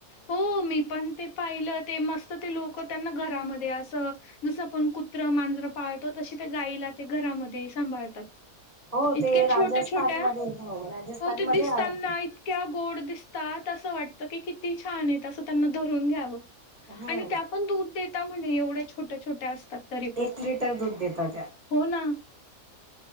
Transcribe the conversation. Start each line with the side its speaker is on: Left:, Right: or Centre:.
Left: हो मी पण ते पाहिलं ते मस्त ते लोक त्यांना घरामध्ये असं जसं आपण कुत्रं, मांजरं पाळतो तसे ते गायीला ते घरामध्ये सांभाळतात.
Right: हो
Left: इतक्या
Right: ते राजस्थानमध्ये
Left: छोट्या छोट्या
Right: हो राजस्थानमध्ये
Left: हो ते दिसताना
Right: आहे ते
Left: इ तक्या गोड दिसतात, असं वाटतं की किती छान आहेत, असं त्यांना धरून घ्यावं.
Right: हम्म
Left: आणि त्या पण दूध देता म्हणे एवढ्या छोट्या छोट्या असतात. तरी पण.
Right: एक लिटर दूध देता त्या.
Left: हो ना.